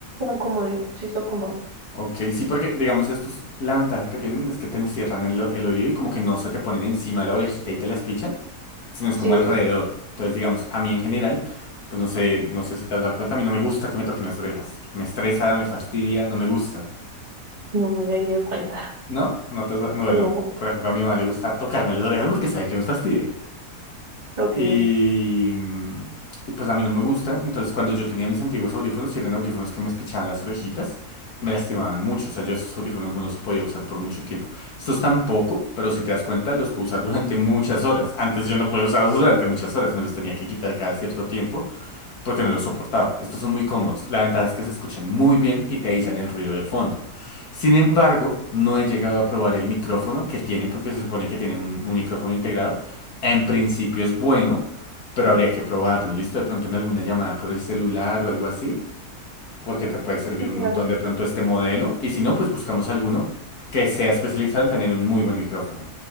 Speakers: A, on the right (about 30°); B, on the left (about 70°).
A: son como, sí son como,
B: Ok, sí, porque digamos estos, la ventaja que tienen es que te encierran el, o- el oído y como que no se te ponen encima de la orejita y te las pichan, sino es
A: sí,
B: como alrededor.
A: esto-
B: Entonces, digamos, a mí en general, pues no sé, no sé si te has dado cuenta, a mí no me gusta que me toquen las orejas. Me estresa, me fastidia, no me gusta.
A: no me había dado cuenta.
B: No, no, te- no, bueno,
A: No,
B: por ejemplo, a mi mamá le gusta tocarme las orejas porque sabe que me fastidia.
A: ok.
B: Y, mm, y pues a mí no me gusta. Entonces, cuando yo tenía mis antiguos audífonos, y eran audífonos que me espichaban las orejitas, me lastimaban mucho. O sea, yo esos audífonos no los podía usar por mucho tiempo. Estos tampoco, pero si te das cuenta, los puedo usar durante muchas horas. Antes yo no podía usarlos durante muchas horas, me los tenía que quitar cada cierto tiempo porque no lo soportaba. Estos son muy cómodos. La ventaja es que se escuchan muy bien y te aíslan el ruido de fondo. Sin embargo, no he llegado a probar el micrófono que tienen, porque se supone que tienen un, un micrófono integrado. En principio es bueno, pero habría que probarlo. ¿Listo? De pronto en alguna llamada por el celular o algo así, porque te puede servir
A: Sí, claro.
B: un montón de pronto este modelo. Y si no, pues buscamos alguno que sea especializado en tener un muy buen micrófono.